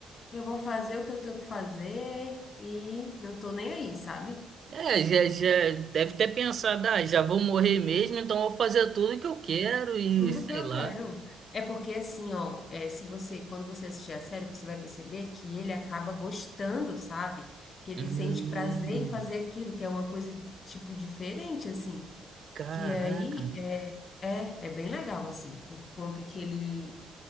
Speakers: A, on the left; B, on the right.
A: eu vou fazer o que eu tenho que fazer e não tô nem aí, sabe?
B: É, já, já deve ter pensado, ah, já vou morrer mesmo, então eu vou fazer tudo o que eu quero e
A: Tudo
B: sei
A: que eu
B: lá.
A: quero. É porque assim, ó, é, se você, quando você assistir a série, você vai perceber que ele acaba gostando, sabe? Que ele
B: Hum,
A: sente prazer em fazer aquilo, que é uma coisa, tipo, diferente, assim.
B: caraca.
A: Que aí,
B: mano.
A: é, é, é bem legal, assim, por conta que ele